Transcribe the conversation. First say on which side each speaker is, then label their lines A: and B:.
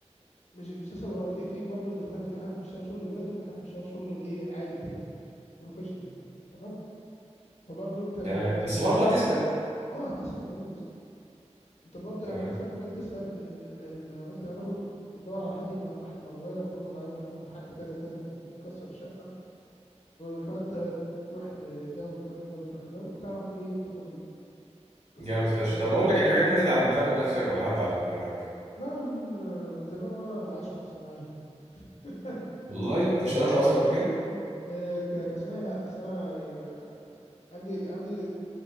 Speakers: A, on the left; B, on the right.
A: مش مش تسأل ورا في في برضه بتختلف في حد بيشتغل شغل بلدي وفي حد بيشتغل شغل بايه عالي كده بروفيشنال تمام فبرضه انت بيبقى
B: تمام بس
A: بيبقى
B: برضه
A: لك
B: هتسأل
A: اه تسأل لازم تسأل انت برضه
B: تمام
A: يعني مثلا ممكن تسأل ال ال ال لو انت هتاخد بتدور على حد يبقى هتروح الموالة تقول له انا عايز رقم حد كذا كذا م- يكسر الشقة فانت تروح لده وتروح لده وتروح لده وتعرف ايه التفاصيل كسرت
B: جامد فشخ
A: الشقة الحمد
B: طب اقول لك
A: لله
B: الحاجات دي انت اتعلمتها من نفسك ولا حد علمها لك
A: لا انا من من زمان وانا عايش مع الصناعية <laughs>
B: والله انت اشتغلت اصلا قبل كده
A: آه، ك- كصناعي لا بس انا يعني آه، عندي عندي